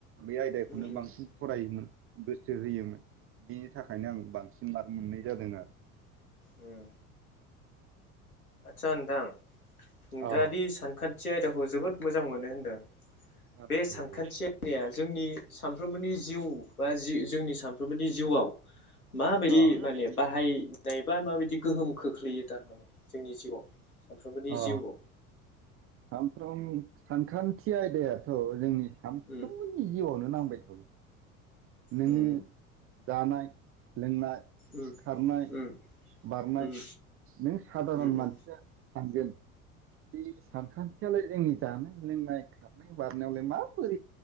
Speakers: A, on the right (about 30°); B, on the left (about 80°).
A: बे आयदाखौनो
B: आदसा
A: बांसिन फरायोमोन गोसो होयोमोन बिनि थाखायनो आं बांसिन मार्क मोननाय जादों आरो।
B: उम। आदसा नोंथां
A: आरो
B: नोंथाङा दि सानखान्थि आयदाखौ जोबोद मोजां मोनो होनदों
A: अ औ
B: बे सानखान्थि
A: औ
B: आयदाया जोंनि स सामफ्रोमबोनि जिउ बा जि जोंनि सामफ्रोमबोनि जिउआव माबायदि
A: औ माबायदि
B: माने बाहायनायबा माबायदि गोहोम खोख्लैयो थारमाने? जोंनि जिउआव सानफ्रोमबोनि
A: अ
B: जिउआव
A: सानफ्रोम सानखान्थि आयदायाथ जोंनि सानफ्रोमबोनि
B: उम
A: जिउआवनो नांगौ बाय थागौ नों
B: उम
A: जानाय लोंनाय
B: उम
A: खारनाय
B: उम
A: बारनाय
B: उम उम
A: नों सादारन
B: उम उम उम
A: मानसिया सानगोन बे सानखान्थियालाय जोंनि जानाय लोंनाय खारनाय बारनायावलाय माबोरै